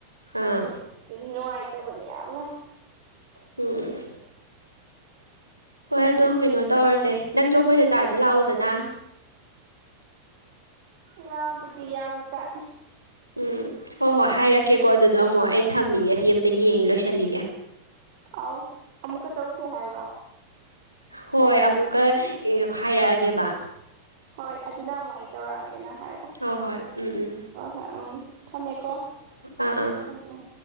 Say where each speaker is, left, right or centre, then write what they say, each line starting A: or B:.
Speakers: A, on the right (about 90°); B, on the right (about 50°).
A: ꯑꯥ
B: ꯇꯣ ꯅꯨꯡꯉꯥꯏꯇꯕꯅꯦ ꯌꯥꯝꯅ
A: ꯎꯝ ꯍꯣꯏ ꯑꯗꯣ ꯀꯩꯅꯣ ꯇꯧꯔꯁꯦ ꯅꯪꯖꯨ ꯑꯈꯣꯏꯗ ꯆꯥꯖꯤ ꯂꯥꯛꯑꯣꯗꯅ
B: ꯌꯥꯕꯨꯗꯤ ꯌꯥꯕ ꯖꯥꯠꯅꯤ
A: ꯎꯝ ꯍꯣꯏ ꯍꯣꯏ ꯍꯥꯏꯔꯛꯀꯦꯀꯣ ꯑꯗꯨꯗ ꯑꯃꯨꯛ ꯑꯩ ꯊꯝꯃꯤꯒꯦ ꯑꯁꯤ ꯑꯝꯇ ꯌꯦꯡꯉꯤ ꯂꯣꯏꯁꯤꯜꯂꯤꯒꯦ
B: ꯑꯧ ꯑꯃꯨꯛꯀ ꯇꯧꯁꯦ ꯍꯥꯏꯔꯣ
A: ꯍꯣꯏ ꯑꯃꯨꯛꯀ ꯍꯥꯏꯔꯛꯑꯒꯦꯕ
B: ꯍꯣꯏ ꯑꯗꯨꯅ ꯑꯃꯨꯛ ꯑꯩ ꯇꯧꯔꯛꯑꯒꯦꯅ ꯍꯥꯏꯔꯛꯑꯣ
A: ꯍꯣꯏ ꯍꯣꯏ ꯎꯝ ꯎꯝ
B: ꯍꯣꯏ ꯍꯣꯏ ꯎꯝ ꯊꯝꯃꯦꯀꯣ
A: ꯑꯥ ꯑꯥ
B: ꯎꯝ ꯎꯝ